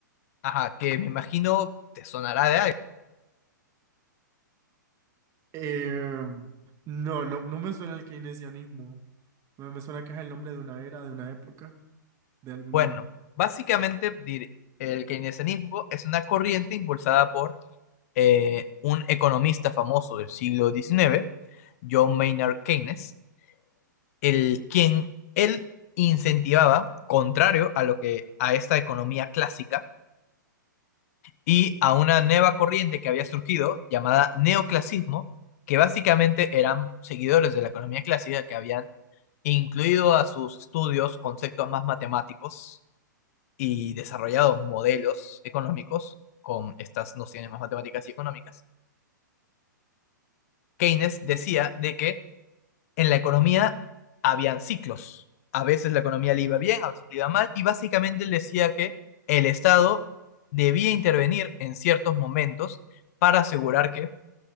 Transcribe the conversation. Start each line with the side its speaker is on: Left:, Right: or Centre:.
Left: Ajá, que me imagino te sonará de algo.
Right: eh, no, no, no me suena el keynesianismo. Me, me suena que es el nombre de una era, de una época, de alguna...
Left: Bueno, básicamente dir- el keynesianismo es una corriente impulsada por eh, un economista famoso del siglo XIX, John Maynard Keynes, el, quien él incentivaba, contrario a lo que a esta economía clásica y a una nueva corriente que había surgido llamada neoclasismo, que básicamente eran seguidores de la economía clásica que habían incluido a sus estudios conceptos más matemáticos y desarrollado modelos económicos con estas nociones más matemáticas y económicas, Keynes decía
Right: Ok,
Left: de que en la economía habían ciclos. A veces la economía le iba bien, a veces le iba mal, y básicamente él decía que el Estado debía intervenir en ciertos momentos para asegurar que